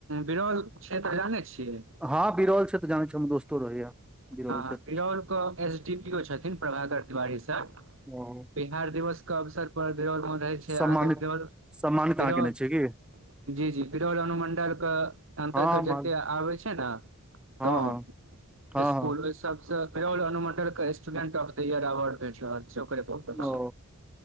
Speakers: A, on the right; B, in the centre.
A: बिरोल क्षेत्र जानै छियै।
B: हँ बिरौल क्षेत्र जानै छियै हमर दोस्तो रहैया। बिरौल
A: हँ
B: छथि
A: बिरौलके एस डी पी ओ छथिन प्रभाकर तिवारी सर।
B: ओ
A: बिहार दिवस के अवसर पर बिरौल मे रहै छियै
B: सम्मानित
A: अहाँ के बिरौल।
B: सम्मानित
A: बिरौल
B: आहाँ केने छियै की।
A: जी जी बिरल अनुमंडल के अंतर्गत
B: हँ माल
A: जते आबे छै ने
B: हँ
A: गाँव
B: हँ हँ
A: स्कूल
B: हँ
A: ओ सब अनुमंडल के student of the year award भेट रहल छै ओकरे पर।
B: ओ